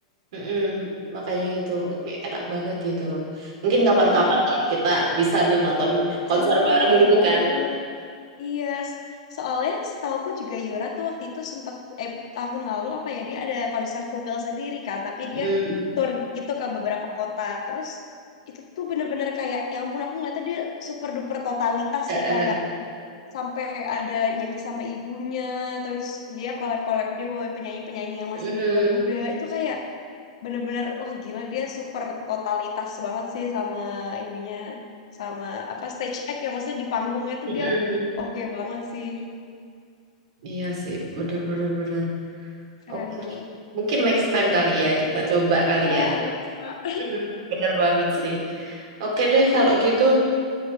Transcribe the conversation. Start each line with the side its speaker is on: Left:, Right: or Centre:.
Right: Mm-mm. Makanya itu kayak enak banget gitu. Mungkin kapan-kapan
Left: Mm-mm.
Right: kali kita bisa nih nonton konser
Left: Ayo,
Right: bareng
Left: ayo
Right: gitu
Left: banget.
Right: kan.
Left: Iya, s- soalnya setauku juga Yura tuh waktu itu sempat eh, tahun lalu apa ya dia ada konser tunggal sendiri kan, tapi
Right: Hmm.
Left: dia tour gitu ke beberapa kota. Terus itu tuh bener-bener kayak, ya ampun aku ngeliatnya dia super duper totalitas
Right: Eh,
Left: sih
Right: eh.
Left: kayak sampai ada nyanyi sama ibunya, terus dia collab-collab dia bawa penyanyi-penyanyi yang
Right: Mm-mm.
Left: masih muda-muda. Itu kayak bener-bener wah gila dia super totalitas banget sih sama ininya sama apa stage act ya maksudnya di panggungnya tuh
Right: Mm-mm.
Left: dia oke banget sih
Right: Iya sih, benar-benar benar. benar, benar.
Left: keren
Right: Oke,
Left: banget
Right: mungkin next time kali ya kita coba kali
Left: Kak,
Right: ya.
Left: ayo kak
Right: Hmm, bener banget sih. Oke deh kalau gitu.